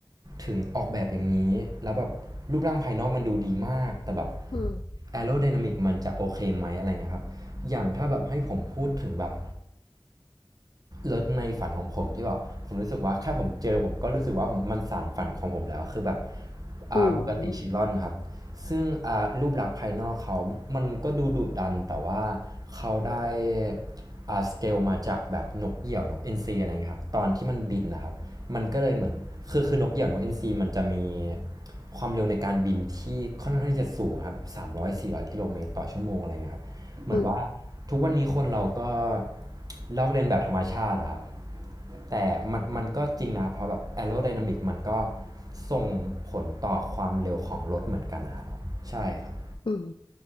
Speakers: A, on the right (about 45°); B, on the left (about 80°).
A: ถึงออกแบบอย่างนี้แล้วแบบรูปร่างภายนอกมันดูดีมากแต่แบบ
B: อืม
A: แอโร d y นามิกมันจะโอเคไหมอะไรเงี้ยครับอย่างถ้าแบบให้ผมพูดถึงแบบ รถในฝันของผมที่แบบผมรู้สึกว่าแค่ผมเจอผมก็รู้สึกว่าผมมันสานฝันของผมแล้วคือแบบอ่าบุกติชิลอนครับ
B: อืม
A: ซึ่งอ่ารูปลักษณ์ภายนอกเขา มันก็ดูดุดันแต่ว่าเขาได้อ่าสเกลมาจากแบบนกเหยี่ยวนกเอ็นซีอะไรเงี้ยครับตอนที่มันบินนะครับมันก็เลยเหมือนคือคือนกเหยี่ยวนกเอ็นซีมันจะมีความเร็วในการบินที่ค่อนข้างที่จะสูงครับสามร้อยสี่ร้อยกิโลเมตรต่อชั่วโมงอะไรเงี้ยครับ เหมือนว่า
B: อืม
A: ทุกวันนี้คนเราก็ลอกเลียนแบบธรรมชาติอะครับแต่มันมันก็จริงนะเพราะแบบแอโรไดนามิกมันก็ส่งผลต่อความเร็วของรถเหมือนกันนะครับใช่ครับ
B: อืม